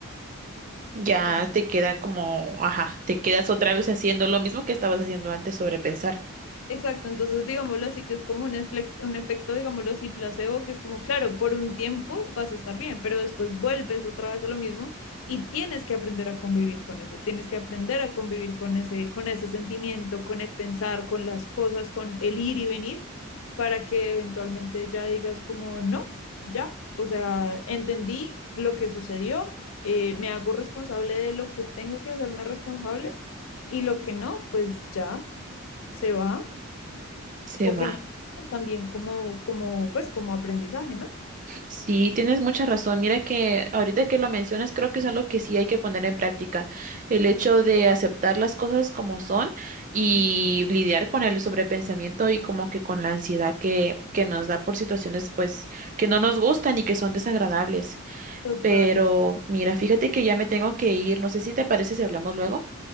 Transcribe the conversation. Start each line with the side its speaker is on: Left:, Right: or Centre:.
Right: Ya
Left: Pasa-
Right: te queda como, ajá, te quedas otra vez haciendo lo mismo que estabas haciendo antes, sobrepensar.
Left: Exacto, entonces digámoslo así, que es como un, eflec- un efecto, digámoslo así, placebo, que es como, claro, por un tiempo vas a estar bien, pero después vuelves otra vez a lo mismo y tienes que aprender a convivir con eso, tienes que aprender a convivir con ese, con ese sentimiento, con el pensar, con las cosas, con el ir y venir, para que eventualmente ya digas como, no, ya, o sea, entendí lo que sucedió, eh, me hago responsable de lo que tengo que hacerme responsable y lo que no, pues ya se va
Right: Se
Left: o
Right: va.
Left: que me sirvan también como, como, pues, como aprendizaje, ¿no?
Right: Sí, tienes mucha razón. Mira que ahorita que lo mencionas, creo que es algo que sí hay que poner en práctica. El hecho de aceptar las cosas como son y
Left: Ujú.
Right: lidiar con el sobrepensamiento y como que con la ansiedad que, que nos da por situaciones pues que no nos gustan y que son desagradables.
Left: Total.
Right: Pero mira, fíjate que ya me tengo que ir. No sé si te parece si hablamos luego.